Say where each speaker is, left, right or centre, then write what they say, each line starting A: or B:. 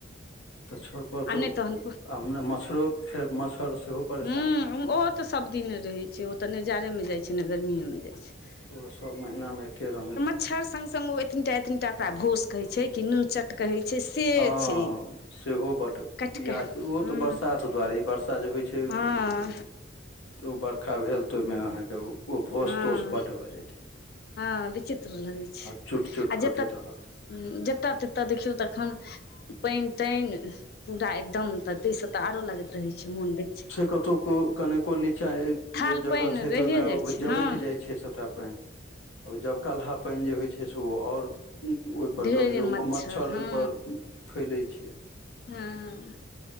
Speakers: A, on the left (about 80°); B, on the left (about 50°).
A: तऽ छत पर
B: आ
A: तऽ
B: नहि तहन
A: हमरा मच्छरो फेर मच्छर सेहो परेशान
B: हँ हूँ ओहो तऽ सभदिने रहै छै ओ तऽ ने जाड़ेमे जाइ छै ने गर्मीएमे जाइ छै
A: ओहो सभ महिनामे एके रङ्ग
B: छड़ सन सन ओ एतनिटा एतनिटा ओकरा भोंस कहै छै कि नूनचटा कहै छै से
A: हँ
B: छै
A: सेहो बड्ड
B: काटि
A: इए
B: कऽ
A: ओ
B: हूँ
A: तऽ बरसात दुआरे बर्षा जे होइ छै
B: हँ
A: ओ बरखा भेल तऽ ओहिमे अहाँके ओ भोस
B: हँ
A: तोस बड भए जाय छै
B: हँ विचित्र लगै छै
A: आ चुट चुट
B: आ जतऽ
A: कटैत रहत
B: जतऽ ततऽ देखियौ तखन पानि तानि पूरा एकदम ता ई सब तऽ आरो लगैत रहे छै मोन बेच
A: कतहुक कनिको नीचाँ
B: थाल
A: जे जगह
B: पानि
A: छै
B: रहिए
A: तऽ ओहिमे
B: जाइ
A: ओ
B: छै
A: जबैके
B: हँ
A: जाइ छै सभटा पानि आ जबकलहा पानि जे होइ छै से ओ आओर ओहिपर
B: ढेरे
A: गन्दगी ओ मच्छर
B: हँ
A: ओहिपर फैलैय छै
B: हँ